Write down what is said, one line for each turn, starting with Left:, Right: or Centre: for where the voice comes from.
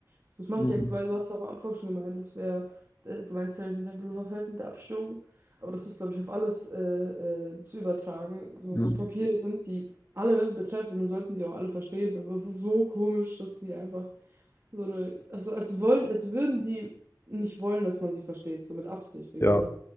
Right: So, das macht
Left: Mhm.
Right: ja, weil du hast ja auch am Anfang schon gemeint, das wäre, äh, du meinst ja in deinem Berufsfeld mit der Abstimmung, aber das ist, glaube ich, auf alles äh, äh, zu übertragen. So,
Left: Mhm.
Right: so Papiere sind, die alle betreffen und sollten die auch alle verstehen. Also es ist so komisch, dass sie einfach so eine, also als wollen, als würden die nicht wollen, dass man sie versteht, so mit Absicht irgendwie.
Left: Ja,